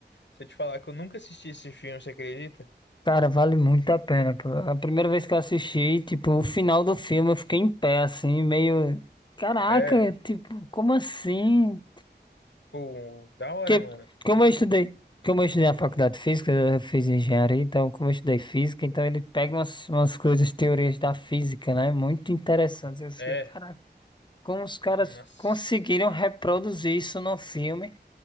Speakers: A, on the left; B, on the left.
A: Se eu te falar que eu nunca assisti esse filme, você acredita?
B: Cara, vale muito a pena, pô. A primeira vez que eu assisti, tipo, o final do filme eu fiquei em pé, assim, meio. Caraca,
A: É,
B: tipo, como assim?
A: pô, da hora,
B: Que,
A: mano.
B: como
A: E, tipo,
B: eu estudei. Como eu estudei na faculdade de física, eu fiz engenharia, então, como eu estudei física, então ele pega umas, umas coisas, teorias da física, né? Muito interessantes. Eu fiquei,
A: é,
B: caraca, como os caras
A: nossa,
B: conseguiram reproduzir isso no filme?